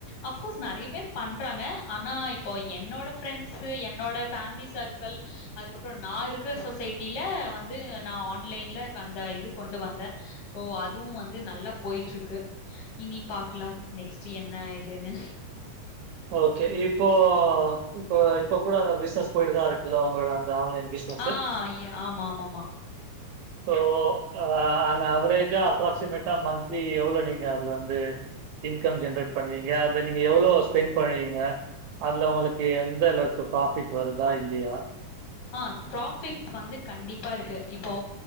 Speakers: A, on the left (about 75°); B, on the right (about 75°).
A: அஃப்கோர்ஸ் நெறைய பேர் பண்றாங்க ஆனா இப்போ என்னோட ப்ரெண்ஸு என்னோட ஃபேம்லி சர்க்கள் அதுக்கப்றோ நா இருக்கிற சொசைட்டில வந்து நா ஆன்லைன்ல அந்த இது கொண்டு வந்த சோ அதுவு வந்து நல்லா போய்ட்ருக்கு இனி பாக்கலா நெக்ஸ்டு என்ன இதுன்னு
B: ஓகே இப்போ இப்ப இப்ப கூட அந்த பிஸ்னஸ் போய்ட்டு தா இருக்குல்ல உங்களோட அந்த ஆன்லைன் பிசினஸ்.
A: ஆ ய ஆமா ஆமாமா
B: சோ ஆ ஆவரேஜா அப்ராக்சிமேட்டா மந்த்லி எவ்ளோ நீங்க அதுல வந்து இன்கம் ஜென்ரேட் பண்வீங்க அத நீங்க எவ்ளோ ஸ்பெண் பண்வீங்க அதுல உங்ளுக்கு எந்தள இப்போ ப்ராஃபிட் வருதா இல்லியா
A: அ ப்ராஃபிட் வந்து கண்டிப்பா இருக்கு இப்போ